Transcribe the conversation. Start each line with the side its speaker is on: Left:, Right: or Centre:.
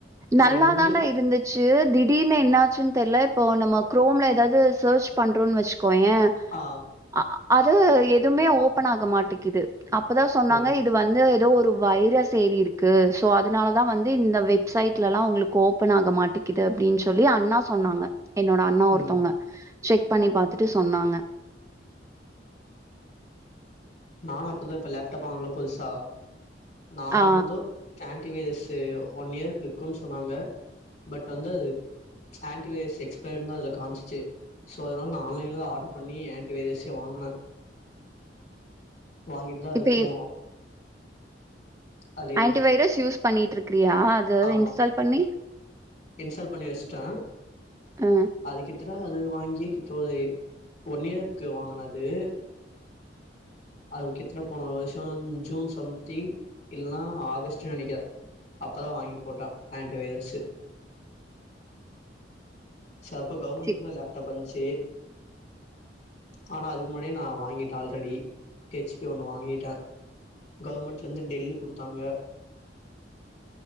Right: நல்லாதாண்டா
Left: எங்களுக்கு
Right: இருந்துச்சு திடீர்னு என்னாச்சுன் தெர்ல இப்போ நம்ம குரோம்ல ஏதாவ்து சேர்ச் பண்றோன்னு வச்சுக்கோயே
Left: ஆ
Right: அ அது எதுவுமே ஓபன் ஆக மாட்டிக்குது அப்பதா சொன்னாங்க
Left: ஓ!
Right: இ இது வந்து ஏதோ ஒரு வைரஸ் ஏறி இருக்கு சோ அதுனாலதா வந்து இந்த வெப்சைட்லல்லா உங்ளுக்கு ஓப்பன் ஆக மாட்டிக்குது அப்டின் சொல்லி அண்ணா சொன்னாங்க என்னோட அண்ணா ஒருத்தவுங்க
Left: ம்.
Right: செக் பண்ணி பாத்துட்டு சொன்னாங்க
Left: நானு அப்பத்தா இப்ப லேப்டாப் வாங்னல்ல புதுசா நா வாங்கன்தோ
Right: ஆ
Left: ஆன்டி வைரஸு ஒன் இயர் இருக்குன்னு சொன்னாங்க பட் வந்து ஆன்டி வைரஸ் எக்ஸ்பேர்தா அதுல காம்ச்சிச்சு சோ அதனால நா ஆன்லைன்லதா நா ஆர்ட்ரு பண்ணி ஆன்ட்டி வைரஸே வாங்குனே வாங்கிட்டுதா
Right: இப்ப
Left: இப்போ அதுல இது
Right: ஆன்டி வைரஸ் யூஸ் பண்ணிட்ருக்றியா அது
Left: ஆமா
Right: இன்ஸ்டால் பண்ணி
Left: இன்ஸ்டால் பண்ணி வைசிட்டே
Right: அ.
Left: அது கிட்ட ப அது வாங்கியே <unintelligible> ஒன் இயர்க்கு வாங்குனது அதுகித்ல போன வருஷோ ஜூன் சம்திங் இல்லன்னா ஆகஸ்ட்ன்னு நெனைக்குற அப்பதா வாங்கி போட்டா ஆன்டி வைரஸ்ஸு சோ அப்ப கவுர்மெண்ட்லந்து
Right: சே
Left: தா லேப்டாப் வந்ச்சு ஆனா அதுக்கு முன்னாடியே நா வாங்கிட்டே ஆல்ரெடி ஹெச்பி ஒன்னு வாங்கிட்டே கவுர்மெண்ட்லருந்து டெல்லு குடுத்தாங்க